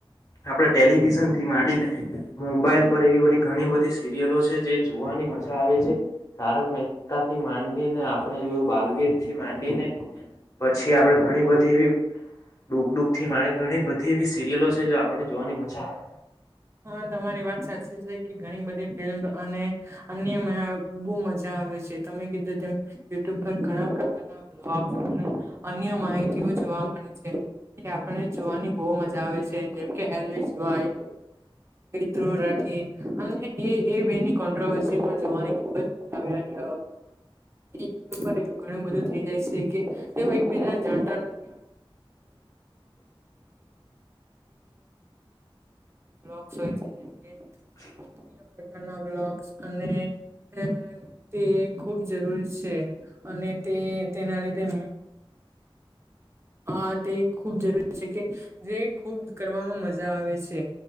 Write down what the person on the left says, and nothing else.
આપણે ટેલિવિઝન થી ને મોબાઈલ પર એવી બધી ઘણી બધી સીરી યલો છે જે જોવાની મજા આવે છે તારક મહેતા થી માંડીને આપણે જોયું બાલવી થી માંડીને પછી આપડે ઘણી બધી એવી ડુગડુગ થી મારે ઘણી બધી એવી સિરિયલો છે જો આપને જોવાની મજા આવે.
<inaudible>